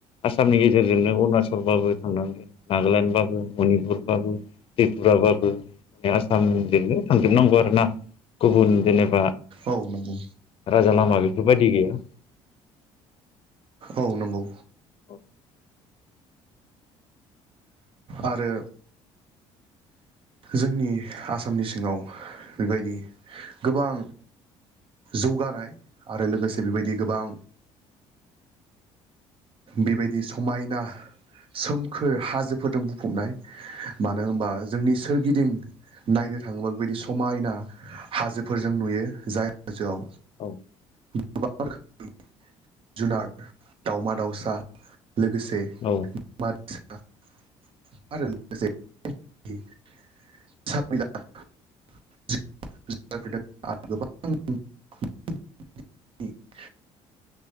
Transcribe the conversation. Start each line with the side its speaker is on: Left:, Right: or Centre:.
Left: आसामनि गेजेर जोंनो ओरैनो अरुणाचलबाबो थांनांगो नागालेण्डबाबो मनिपुरबाबो त्रिपुराबाबो माने आसामजोंनो थांजोबनांगौ आरोना गुबुन जेनेबा
Right: औ नंगौ।
Left: राजा लामा बेफोरबायदि गैया।
Right: औ नंगौ।
Left: <inaudible>
Right: आरो जोंनि आसामनि सिङाव बेबायदि गोबां जौगानाय आरो लोगोसे बेबायदि गोबां बेबायदि समायना सोमखोर हाजोफोरदो बुंफबनाय मानो होनबा जोंनि सोरगिदिं नायनो थाङोब्ला बेबायदि समायना हाजोफोरजों नुयो जाय हाजोआव
Left: औ
Right: गोबां रोखोमनि जुनार दावमा दाउस सा लोगोसे
Left: औ
Right: <unintelligible> <unintelligible>